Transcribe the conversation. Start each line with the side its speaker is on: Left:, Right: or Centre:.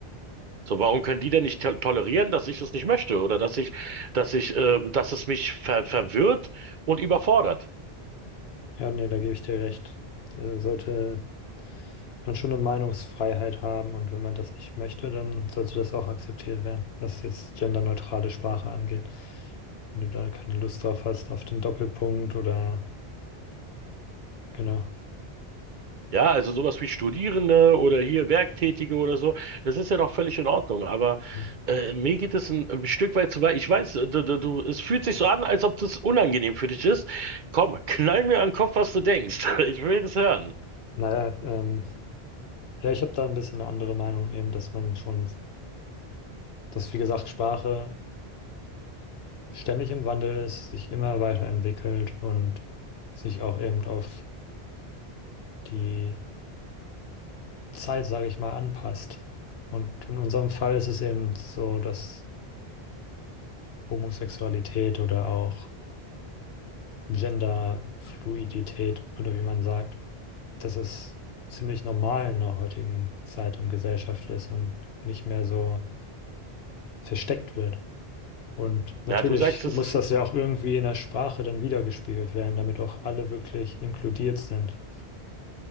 Right: So, warum können die denn nicht to tolerieren, dass ich es nicht möchte oder dass ich, dass ich, äh, dass es mich ver verwirrt und überfordert?
Left: Ja, nee, da gebe ich dir recht. Da sollte man schon eine Meinungsfreiheit haben und wenn man das nicht möchte, dann sollte das auch akzeptiert werden, was jetzt genderneutrale Sprache angeht. Wenn du da keine Lust drauf hast, auf den Doppelpunkt oder genau.
Right: Ja, also sowas wie Studierende oder hier Werktätige oder so, das ist ja doch völlig in Ordnung. Aber
Left: Mhm.
Right: äh, mir geht es ein, ein Stück weit zu weit. Ich weiß, äh, du, du, du, es fühlt sich so an, als ob das unangenehm für dich ist. Komm, knall mir an den Kopf, was du denkst. <laughs> Ich will das hören.
Left: Naja, ähm, ja, ich habe da ein bisschen eine andere Meinung eben, dass man schon, dass wie gesagt, Sprache ständig im Wandel ist, sich immer weiterentwickelt und sich auch eben auf die Zeit, sage ich mal, anpasst. Und in unserem Fall ist es eben so, dass Homosexualität oder auch Genderfluidität oder wie man sagt, dass es ziemlich normal in der heutigen Zeit und Gesellschaft ist und nicht mehr so versteckt wird. Und natürlich
Right: Na, du sagst, es
Left: muss
Right: ist
Left: das ja auch irgendwie in der Sprache dann wiedergespiegelt werden, damit auch alle wirklich inkludiert sind.